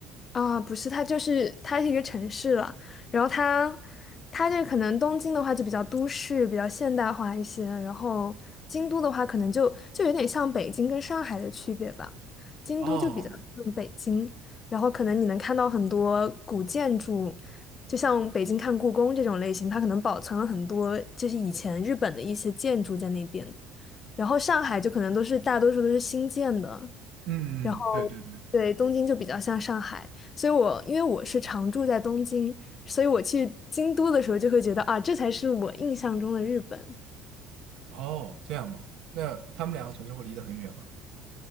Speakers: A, on the left; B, on the right.
A: 啊，不是，它就是它是一个城市了，然后它它这可能东京的话就比较都市，比较现代化一些，然后京都的话可能就就有点像北京跟上海的区别吧，京都就比较像北京，
B: 哦，
A: 然后可能你能看到很多古建筑，就像北京看故宫这种类型，它可能保存了很多就是以前日本的一些建筑在那边，然后上海就可能都是大多数都是新建的。
B: 嗯，
A: 然后
B: 对对对，
A: 对东京就比较像上海，所以我因为我是常住在东京，所以我去京都的时候就会觉得啊，这才是我印象中的日本。
B: 哦，这样吗？那他们两个城市会离得很远吗？